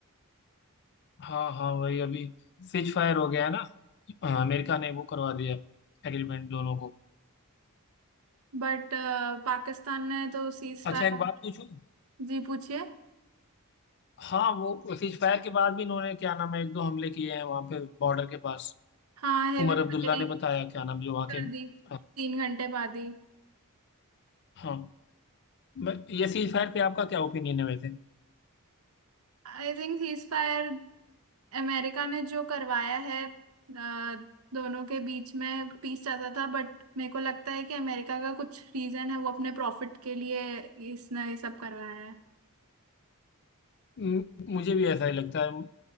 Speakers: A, on the left; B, on the right.
A: हाँ हाँ वही अभी सीज फायर हो गया है ना हाँ, अमेरिका ने वो करवा दिया एग्रीमेंट दोनों को
B: बट पाकिस्तान ने तो सीज
A: अच्छा
B: फायर
A: एक बात पूछूं
B: जी पूछिए
A: हाँ वो सीज फायर के बाद भी इन्होंने क्या नाम है एक दो हमले किए हैं वहां पे बॉर्डर के पास
B: हाँ हेवी
A: उमर
B: फायरिंग
A: अब्दुल्ला ने बताया क्या नाम जो वहाँ
B: कर
A: के
B: दी
A: हाँ
B: तीन घंटे बाद ही
A: हाँ, मैं- ये सीज फायर पे आपका क्या ओपिनियन है वैसे
B: I think ceasefire America ने जो करवाया है अ, दोनों के बीच में पीस चाहता था बट मेरे को लगता है कि अमेरिका का कुछ रीजन है वो अपने प्रॉफिट के लिए इसने ये सब करवाया है
A: म- मुझे भी ऐसा ही लगता है म-